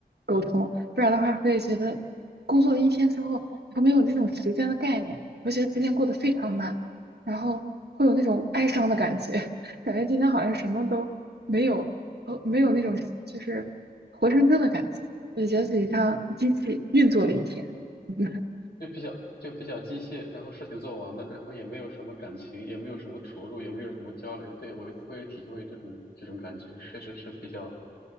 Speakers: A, on the right; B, on the left.
A: 沟通，不然的话会觉得工作了一天之后，你会没有那种时间的概念，会觉得时间过得非常慢，然后会有那种哀伤的感觉，<laughs> 感觉今天好像什么都没有，呃，没有那种就是活生生的感觉，我就觉得自己像机器运作了一天。<laughs>
B: 就比较就比较机械，然后事情做完了，然后也没有什么感情，也没有什么投入，也没有什么交流。对，我会体会这种这种感觉，确实是比较